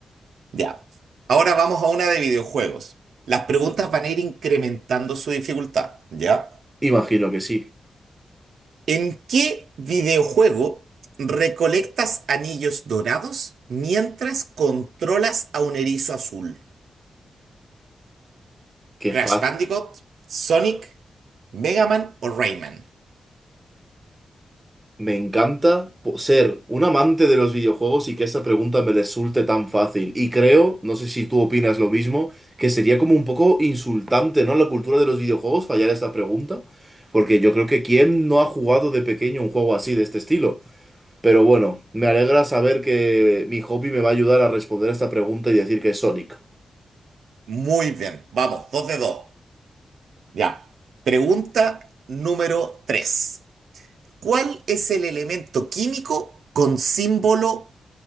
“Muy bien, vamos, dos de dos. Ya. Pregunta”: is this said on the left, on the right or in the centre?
Right